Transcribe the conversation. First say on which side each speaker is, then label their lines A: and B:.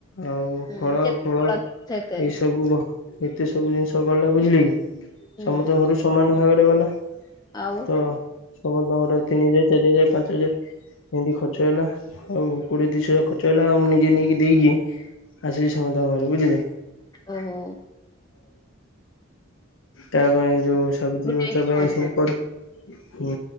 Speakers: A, on the left; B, on the left.
A: ଆଉ
B: ହୁଁ
A: ଫଳ
B: ଯେତେ
A: ଫୂଳ
B: ବଳ
A: ଏଇ
B: ସେତେ
A: ସବୁ ହୋ ଏତେ ସବୁ ଜିନିଷ ଗଲା ବୁଝିଲେ କି
B: ହୁଁ
A: ସମସ୍ତେ ଘରୁ ସମାନ ଭାବରେ ଗଲା।
B: ଆଉ
A: ତ ସମସ୍ତଙ୍କର ତିନି ହଜାର ଚାରି ହଜାର ପାଞ୍ଚ ହଜାର ଏମିତି ଖର୍ଚ୍ଚ ହେଲା। ହଉ କୋଡିଏ ଦୁଇ ଶହ ଖର୍ଚ୍ଚ ହେଲା ଆଉ ଅନ୍ୟ ଜଣକୁ ଦେଇକି ଆସିଲି ସମସ୍ତଙ୍କ ଘରେ ଯିବେ।
B: ଓହୋ।
A: ତା ପାଇଁ ଯୋଉ ସାବିତ୍ରୀ ବ୍ୟବସ୍ଥା
B: ଯାଇକି
A: ପାଇଁ
B: ପହଞ୍ଚି
A: ସବୁ କର ହୁଁ